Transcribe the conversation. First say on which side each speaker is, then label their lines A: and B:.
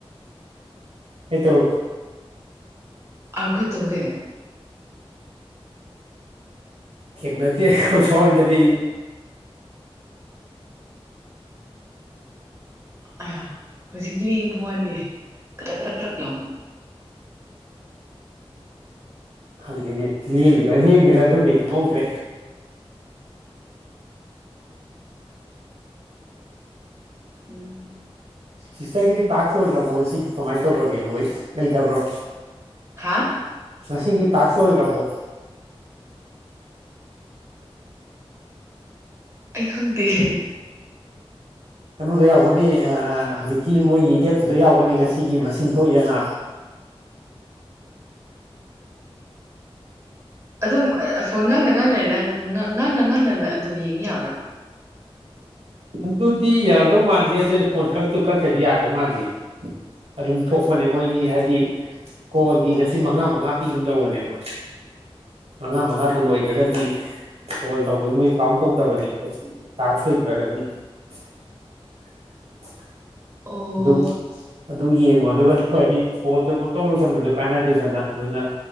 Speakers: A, on the right; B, on the right.
A: ꯑꯩ ꯇꯧꯔꯛꯀꯦ
B: ꯑꯥꯔꯈꯣꯏ ꯇꯧꯋꯦ
A: ꯊ ꯅ ꯌꯥ ꯀꯣꯏ ꯊꯣꯛꯣꯏꯗꯗꯤ
B: ꯑ ꯍꯧꯖꯤꯛ ꯂꯦꯡꯕ ꯋꯥꯅꯤ ꯀꯔ ꯀꯔꯛ ꯀꯔꯛ ꯂꯥꯎꯅ
A: ꯈꯪꯗꯦꯅꯦ ꯂꯦꯡꯗꯦꯔ ꯂꯦꯡꯗꯦꯔꯥ ꯑꯗꯨꯝꯗꯤꯩ ꯈꯪꯍꯧꯗ꯭ꯔꯦ
B: ꯎꯝ
A: ꯁꯤꯁꯇꯔꯒꯤꯗꯤ ꯇꯥꯛꯁꯣꯏꯈ꯭ꯔꯕꯣ ꯉꯁꯤꯒꯤ ꯀꯃꯥꯏꯅ ꯇꯧꯈꯔꯒꯦ ꯂꯣꯏ ꯂꯩꯇꯕ꯭ꯔꯣ
B: ꯍꯥ
A: ꯁꯤꯒꯤ ꯇꯥ ꯊ ꯍꯣꯏ ꯌꯥꯄꯣ
B: ꯑꯩ ꯈꯪꯗꯤ
A: ꯀꯩꯅꯣꯗ ꯌꯥꯎꯕꯅꯤ ꯍꯧꯖꯤꯛꯀꯤ ꯃꯣꯏꯒꯤ ꯑꯦꯞꯇꯨꯗ ꯌꯥꯎꯕꯅꯤ ꯉꯁꯤꯒꯤ ꯃꯁꯤꯡ ꯊꯣꯛꯏꯗꯅ
B: ꯑꯗꯨꯝ ꯐꯣꯏ ꯉꯥꯡꯅ ꯉꯥꯡꯅꯔꯤ ꯅꯪ ꯉꯥꯡꯅ ꯉꯥꯡꯅꯅ ꯑꯗꯨꯝ ꯌꯦꯡꯤ ꯌꯥꯕ꯭ꯔꯥ
A: ꯑꯗꯨꯗꯤ ꯌꯥꯔꯝꯗꯧ ꯃꯥꯟꯗꯦ ꯑꯗꯨꯑꯣꯏꯗꯤ ꯐꯣꯟ ꯀꯛꯇꯨ ꯀꯛꯇꯗꯤ ꯌꯥꯗꯧ ꯃꯥꯟꯗꯦ ꯑꯗꯨꯝ ꯊꯣꯛꯄꯅꯦ ꯃꯣꯏꯒꯤ ꯍꯥꯏꯗꯤ ꯀꯣꯜꯒꯤ ꯉꯁꯤ ꯃꯉꯥ ꯃꯉꯥ ꯄꯤꯒꯨꯝꯗꯧꯕꯅꯦꯕ ꯃꯉꯥ ꯃꯉꯥꯗꯨ ꯂꯣꯏꯈ꯭ꯔꯒꯗꯤ ꯀꯣꯜ ꯇꯧꯕꯒꯤ ꯃꯣꯏ ꯀꯥꯎꯟ ꯇꯧꯗꯕꯅꯦꯕ ꯇꯥꯛꯁ ꯂꯩꯇ꯭ꯔꯒꯗꯤ <unintelligible>
B: ꯑꯣ
A: ꯑꯗꯨ ꯑꯗꯨ ꯌꯦꯡꯉꯣ ꯑꯗꯨꯒ ꯍꯥꯏꯗꯤ ꯀꯣꯔꯣꯠꯇꯨ ꯄꯪꯇꯧ ꯂꯧꯧꯁꯪꯕꯁꯨ ꯀꯥꯟꯅꯗꯦꯗꯅ ꯑꯗꯨꯅ